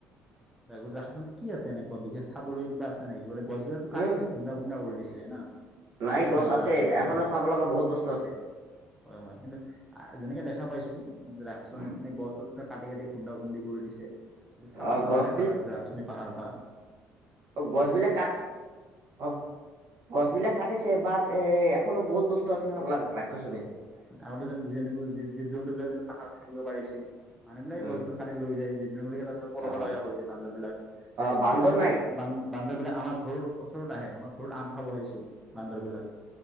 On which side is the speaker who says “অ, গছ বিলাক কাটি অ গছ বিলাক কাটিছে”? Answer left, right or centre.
Right